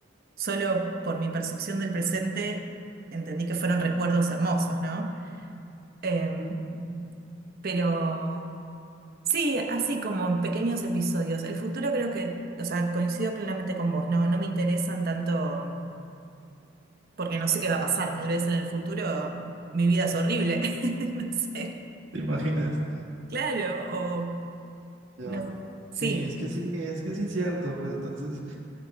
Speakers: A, on the right (about 50°); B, on the right (about 80°).
A: solo por mi percepción del presente entendí que fueron recuerdos hermosos, ¿no? Em,
B: ujú.
A: pero sí, así como en pequeños episodios. El futuro creo que, o sea, coincido plenamente con vos, ¿no? No me interesan tanto porque no sé qué va a pasar, tal vez en el futuro mi vida es horrible, <laughs> no sé.
B: ¿Te imaginas?
A: Claro, o
B: Ya.
A: no sé. Sí,
B: Sí, es que sí, es que sí es cierto. Pues entonces,